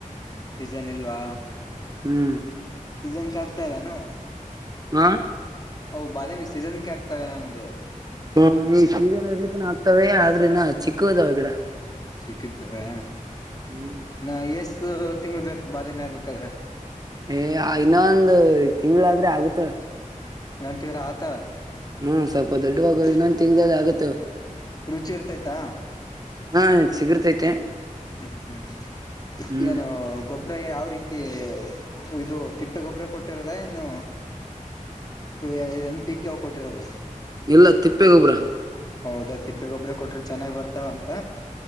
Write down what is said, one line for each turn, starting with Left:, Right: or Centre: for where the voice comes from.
Left: ಸೀಸನ್ ಇಲ್ವಾ
Right: ಹ್ಮ್
Left: ಸೀಸನ್ ಕ ಆಗ್ತದಾನ
Right: ಹಾ
Left: ಹ ಬಾದಮಿ ಸೀಸನ್ ಕ ಆಗ್ತವೆ ನನ್ನದು
Right: ಹ ಈ ಸೀಸನ್ ಇರ್ಲಿಕ್ಕ ಆಗ್ತವ ಆದ್ರೆನ ಚಿಕ್ಕದಾವ ಗಿಡ
Left: ಸಿಕ್ಕಿದ್ರೆ
Right: ಹ್ಮ್
Left: ನ ಎಸ್ ತಿಂಗಗಳು ಬೇಕಕ್ ಬಾದ ಮೇ ಬೇಕಾದ್ರೆ
Right: ಏ ಇನ್ನೊಂದು ತಿಂಳಾದ್ರೆ ಆಗುತ್ತೆ
Left: ಏನಂತ್ರ ಆತ
Right: ಹ್ಮ್ ಸ್ವಲ್ಪ ದೊಡ್ಡವಾಗುವ
Left: ಹ್ಮ್ ಹ್ಮ್
Right: ಇನ್ನೊಂದ ತಿಂಗದಲ್ಲಿ ಆಗುತ್ತ
Left: ರುಚಿ ಇರ್ತೈತಾ
Right: ಹಾ ಸಿಗರ್ತೈತೆ
Left: ಹ್ಮ್ ಹ್ಮ್
Right: ಹ್ಮ್
Left: ಏನು ಗೊಬ್ಬ ಗೊಬ್ರ ಯಾವ ರೀತಿ ಇದು ತಿಪ್ಪೆಗೊಬರ ಕೊಟ್ಟಿರದ ಏನು ಏನ್. ಪಿ. ಕೆ ಕೊಟ್ಟಿರದ
Right: ಇಲ್ಲ ತಿಪ್ಪೆ ಗೊಬ್ರ
Left: ಹೌದಾ ತಿಪ್ಪಗೊಬ್ರ ಕೊಟ್ರಿ ಚೆನ್ನಾಗ್ ಬರ್ತಾವ ಅಂತ